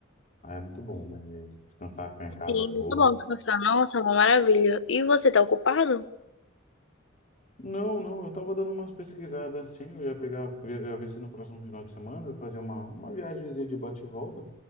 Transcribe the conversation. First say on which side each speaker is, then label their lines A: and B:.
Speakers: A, on the left; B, on the left.
A: Ah, é muito bom, né? Descansar, ficar em
B: Sim,
A: casa à toa.
B: muito bom descansar. Nossa, uma maravilha. E você tá ocupado?
A: Não, não, eu tava dando umas pesquisadas assim, eu ia pegar, eu ia eu ia ver se no próximo final de semana eu fazia uma, uma viagemzinha de bate e volta